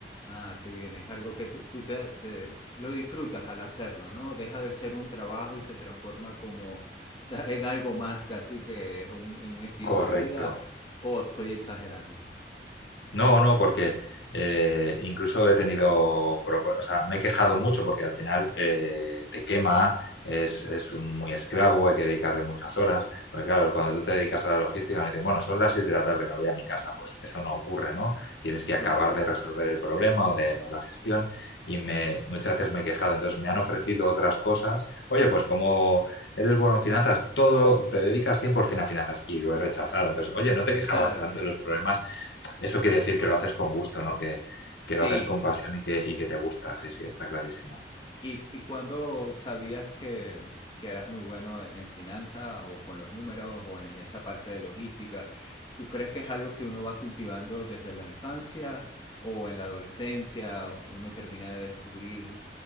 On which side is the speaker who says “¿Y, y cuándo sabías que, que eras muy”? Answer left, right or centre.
Left